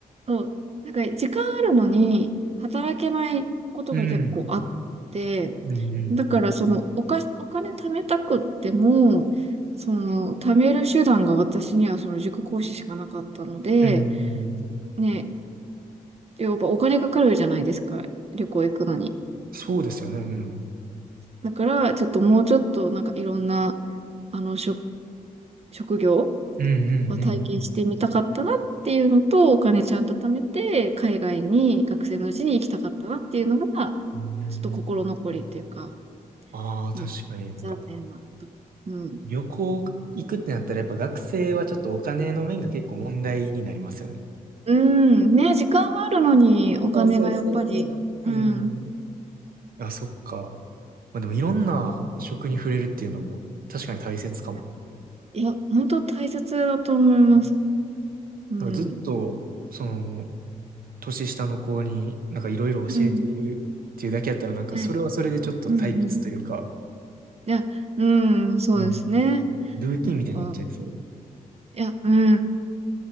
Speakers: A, on the right; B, on the right.
A: そう。なんか、時間あるのに、働けないことが結構あって、
B: うん。うんうん。
A: だから、その、おか、お金貯めたくっても、その、貯める手段が私にはその塾講師しかなかったので、
B: うんうんうん。
A: ね、やっぱお金かかるじゃないですか。旅行行くのに。
B: そうですよね。うん。
A: だから、ちょっともうちょっとなんかいろんな、あの、職、職業
B: うんうんうん。
A: は体験してみたかったなっていうのと、お金ちゃんと貯めて、海外に学生のうちに行きたかったなっていうのが、
B: うん。
A: ちょっと心残りっていうか、
B: ああ、
A: うん。
B: 確かになんか。
A: 残念なとこ。うん。
B: 旅行行くってなったらやっぱ学生はちょっとお金の面が結構問題になりますよね。
A: うん。ね、時間はあるのに、お金がやっぱり、
B: そうそうそうそう。
A: うん。
B: うん。あ、そっか。まあでもいろんな食に触れるっていうのも確かに大切かも。
A: そう。いや、いや、本当大切だと思います。
B: うん
A: うん。
B: なんかずっと、その、年下の子になんかいろいろ教えてるっていうだけやったらなんかそれはそれでちょっと退屈というか、
A: うん。はい。うんうん。いや、うん、そうですね。
B: うんルーティンみたいになっちゃいそう。
A: やっぱ、いや、うん。